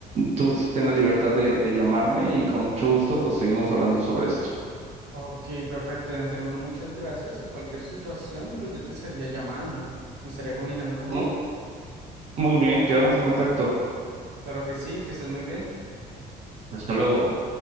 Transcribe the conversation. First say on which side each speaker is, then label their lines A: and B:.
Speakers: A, on the right (about 40°); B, on the right (about 75°).
A: Tú sí ten la libertad de, de llamarme y con mucho gusto pues seguimos hablando sobre esto.
B: Ok, perfecto. De antemano, muchas gracias. Y cualquier situación, pues yo te estaría llamando, me estaría comunicando contigo.
A: Mu- Muy bien, quedamos en contacto.
B: Claro que sí, que estés muy bien.
A: Hasta luego.